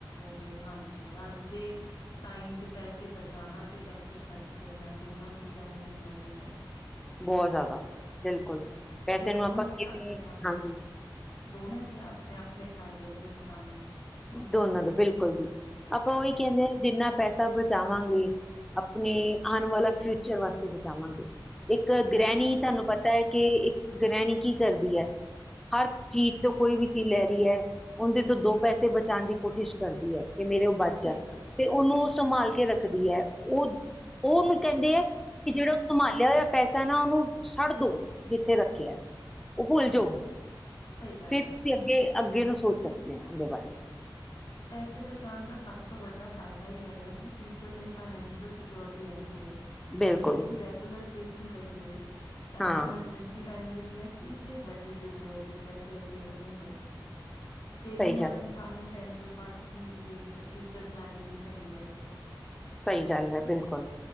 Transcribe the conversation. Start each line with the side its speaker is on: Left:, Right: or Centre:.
Left: ਕੇ, ਹਾਂਜੀ ਅੱਜ ਦੇ ਟਾਈਮ ਚ ਪੈਸੇ ਬ ਜਾਣਾ, ਤੇ ਪੈਸੇ ਖਰਚ ਕਰਨਾ, ਦੋਨਾਂ ਚੀਜ਼ਾਂ ਹੀ ਇੰਪੋਰਟੈਂਟ ਹੈ।
Centre: ਬਹੁਤ ਜ਼ਿਆਦਾ, ਬਿਲਕੁਲ। ਪੈਸੇ
Left: ਤੇ ਦੋਨੋ
Centre: ਨੂੰ ਆਪਾਂ
Left: ਦੇ
Centre: ਕਿਤੇ
Left: ਆਪਣੇ-ਆਪਣੇ,
Centre: ਹਾਂਜੀ,
Left: ਦੋਨੋ ਦੀਆਂ ਆਪਣੇ-ਆਪਣੇ ਫ਼ਾਇਦੇ ਦੇ ਨੁਕ ਨੁਕਸਾਨ ਨੇ।
Centre: ਦੋਨਾਂ ਦੇ ਬਿਲਕੁਲ ਜੀ, ਆਪਾਂ ਉਹੀ ਕਹਿੰਣੇ ਹਾਂ ਜਿੰਨਾ ਪੈਸਾ ਬਚਾਵਾਂਗੇ, ਆਪਣੇ ਆਣ ਵਾਲਾ ਫਿਊਚਰ ਵਾਸਤੇ ਬਚਾਵਾਂਗੇ। ਇੱਕ ਗ੍ਰਹਿਣੀ
Left: ਸਹੀ
Centre: ਤੁਹਾਨੂੰ
Left: ਗੱਲ
Centre: ਪਤਾ ਹੈ, ਕਿ ਇੱਕ ਗ੍ਰਹਿਣੀ ਕੀ ਕਰਦੀ ਹੈ? ਹਰ ਚੀਜ਼ ਤੋਂ ਕੋਈ ਵੀ ਚੀਜ਼ ਲੈ ਰਹੀ ਹੈ, ਔਂਦੇ ਤੋਂ ਦੋ ਪੈਸੇ ਬਚਾਉਣ ਦੀ ਕੋਸ਼ਿਸ਼ ਕਰਦੀ ਹੈ। ਕੇ ਮੇਰੇ ਉਹ ਬਚ
Left: ਸਹੀ
Centre: ਜਾਣ,
Left: ਗੱਲ
Centre: ਤੇ ਉਹਨੂੰ ਉਹ ਸੰਭਾਲ ਕੇ ਰੱਖਦੀ ਹੈ, ਉਹ ਉਹਨੂੰ ਕਹਿੰਦੇ ਆ ਕਿ ਜਿਹੜਾ ਉਹ ਸੰਭਾਲਿਆ ਹੋਇਆ ਪੈਸਾ ਹੇਨਾ ਉਹਨੂੰ ਛੱਡ ਦੋ ਜਿੱਥੇ ਰੱਖਿਆ। ਉਹ ਭੁੱਲ ਜਾਓ,
Left: ਸਹੀ ਗੱਲ
Centre: ਫਿਰ
Left: ਹੈ
Centre: ਤੁਸੀਂ ਅੱਗੇ ਅੱਗੇ ਨੂੰ ਸੋਚ ਸਕਦੇ ਹਾਂ। ਅਗੇ ਬਾਰੇ
Left: ਪੈਸੇ ਬਚਾਉਣ ਦਾ ਸਭ ਤੋਂ ਵੱਡਾ ਫਾਇਦਾ ਇਹ ਹੈ, ਕਿ ਫਿਊਚਰ ਲਈ ਫਾਈਨੈਂਸ਼ੀਅਲ ਸਿਕਿਉਰਟੀ ਰਹਿੰਦੀ ਹੈ।
Centre: ਬਿਲਕੁਲ
Left: ਜੇ ਅਸੀਂ ਰੈਗੂਲਰ ਸੇਵ ਸੇਵਿੰਗ ਕਰੀਏ ਤਾਂ
Centre: ਹਾਂ
Left: ਐਮਰਜੈਂਸੀ ਟਾਈਮ ਵਿੱਚ ਜਾਂ ਕਿਸੇ ਵੱਡੀ ਜ਼ਰੂਰਤ ਲਈ ਪੈਸੇ ਅਵੇਲੇਬਲ ਹੁੰਦੇ ਨੇ ਸੇਵਿੰਗ
Centre: ਸਹੀ
Left: ਨਾਲ
Centre: ਗੱਲ
Left: ਇਨਸਾਨ ਨੂੰ ਟੈਨਸ਼ ਘੱਟ ਹੁੰਦੀ ਹੈ, ਤੇ ਫਿਊਚਰ ਪਲੈਨਨਿੰਗ ਵੀ ਚੰਗੀ ਰਹਿੰਦੀ ਹੈ।
Centre: ਸਹੀ ਗੱਲ ਹੈ। ਬਿਲਕੁਲ,